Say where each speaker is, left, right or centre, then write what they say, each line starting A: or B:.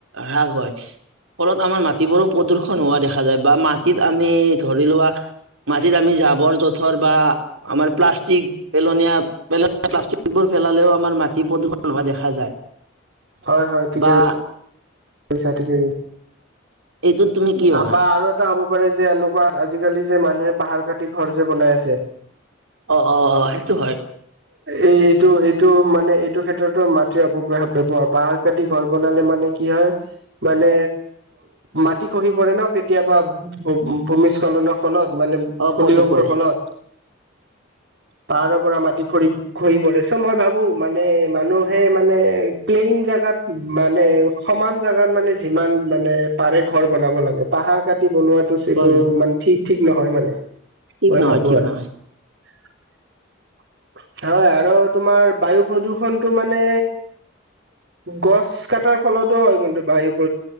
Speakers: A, on the right; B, on the right.
A: হ্ৰাস হয় ফলত আমাৰ মাটিবোৰো প্ৰদূ্ষণ হোৱা দেখা যায় বা মাটি ত আমি ধৰি লোৱা মাটিত আমি জাবৰ জোথৰ বা আমাৰ প্লাষ্টিক পেলনীয়া পেলন প্লাষ্টিক বোৰ। পেলালেও আমাৰ মাটি প্ৰদূষণ হোৱা দেখা যায়
B: হয় হয় ঠিকেই
A: বা
B: কৈছা ঠিকে এ
A: এইটোত তুমি কি ভাবা
B: বা আৰু এটা হ'ব পাৰে যে এনেকুৱা আজিকালি যে মানুহে পাহাৰ কাটি ঘৰ যে বনাই আছে
A: অ অ অ সেইটো হয়
B: এই এইটো এইটো মানে, এইটো ক্ষেত্ৰতো মাটিৰ অপ ব্যৱহাৰ পাহাৰ কাটি ঘৰ বনালে মানে মানে কি হয় মানে মাটি খহি পৰে ন কেতিয়াবা ভূমিজ নৰ ফলত মানে
A: অ
B: ভূমিকম্পৰ
A: পৰে পৰে
B: ফলত পাহাৰৰ পৰা মাটি ঘৰি পৰে চ' মই ভাবো মানে মানুহে মানে প্লেইন জেগাত মানে সমান জোগাত মানে যিমান মানে পাৰে ঘৰ বনাব লাগে পাহাৰ কাটি বনোৱাাতো
A: হয়
B: সেইটো
A: হয়
B: মানে ঠিক ঠিক নহয় মানে
A: ঠিক
B: মই
A: নহয়
B: ভাবো
A: ঠিক
B: আৰু
A: নহয়
B: <unintelligible> হয় আৰু তোমাৰ বায়ু প্ৰদূষণটো মানে গছ কটাৰ ফলতো হয় কিন্তু বাহ